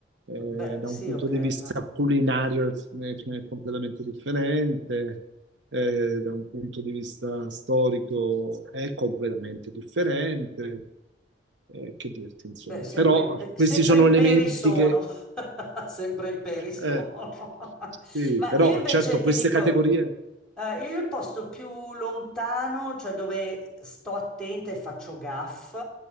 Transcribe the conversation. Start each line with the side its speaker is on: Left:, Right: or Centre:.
Right: Eh,
Centre: beh,
Right: da
Centre: sì,
Right: un punto
Centre: ok.
Right: di vista culinario è, è completamente differente, eh, da un punto di vista storico è completamente differente eh, che dirti, insomma.
Centre: Beh, sempre
Right: Però
Centre: in, pe- sempre
Right: questi sono
Centre: in
Right: elementi
Centre: peri sono,
Right: che...
Centre: <laughs> sempre in peri sono.
Right: eh,
Centre: <laughs>
Right: sì,
Centre: Ma
Right: però
Centre: io invece
Right: certo
Centre: ti
Right: queste
Centre: dico,
Right: categorie...
Centre: eh, io il posto più lontano, cioè dove sto attenta e faccio gaff,